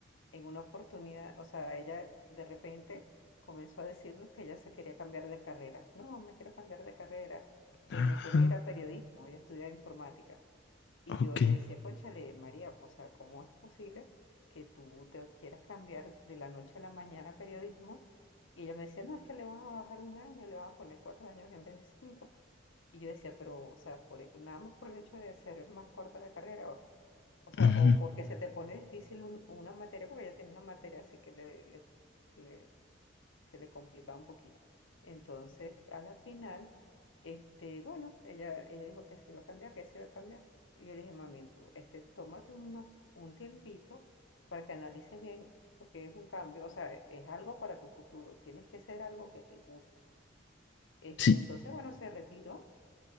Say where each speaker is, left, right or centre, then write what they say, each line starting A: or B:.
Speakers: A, on the left; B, on the left.
A: en una oportunidad, o sea, ella de repente comenzó a decirnos que ella se quería cambiar de carrera. No, me quiero cambiar de carrera, eh,
B: Ah,
A: me quiero ir a periodismo, ella estudia informática. Y
B: ok.
A: yo le decía, cónchale, María, o sea, ¿cómo es posible que tú te quieras cambiar de la noche a la mañana a periodismo? Y ella me decía, no, es que le van a bajar un año, le van a poner cuatro años en vez de cinco. Y yo decía, pero, o sea, por, el- nada más por el hecho de hacer más corta la carrera, o, o sea,
B: Ujú.
A: o porque se te pone difícil un- una materia, porque ella tiene una materia así que le, le- le- se le complicaba un poquito. Entonces, a la final, este, bueno, ella, ella dijo que se iba a cambiar, que se iba a cambiar. Y yo le dije, mami, tú, este, tómate unos, un tiempito para que analices bien, porque es un cambio, o sea, es algo para tu futuro, tienes que ser algo que te guste. Este,
B: Sí,
A: entonces, bueno, se retiró